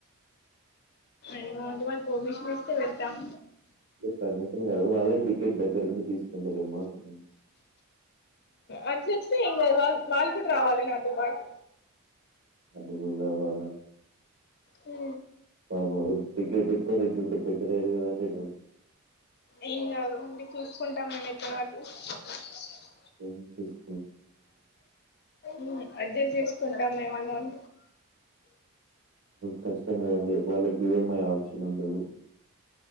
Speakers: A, on the left; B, on the right.
A: ఏమో అండి వాళ్ళు పర్మిషన్ ఇస్తే వెళ్తాం
B: పర్మిషన్ కాదు వాళ్ళే టికెట్ దగ్గరుండి తీసుకుంటరేమో అంటున్నా
A: అట్ల వచ్చినా ఏం కాదు వాళ్ళు కూడా రావాలి నాతో పాటు
B: ఎందుకు రావలే
A: ఉ
B: ఆ టికెట్ ఎక్కువ రేటు ఉంటే పెట్టలేరు కదండీ
A: ఏం కాదు అంటే చూసుకుంటాం <unintelligible>
B: <unintelligible> చూసు
A: ఉ అడ్జస్ట్ చేసుకుంటాం మేం అందరం
B: కష్టం కదండి వాళ్ళకి ఇ ఏం ఐ ఓప్షన్ ఉండదు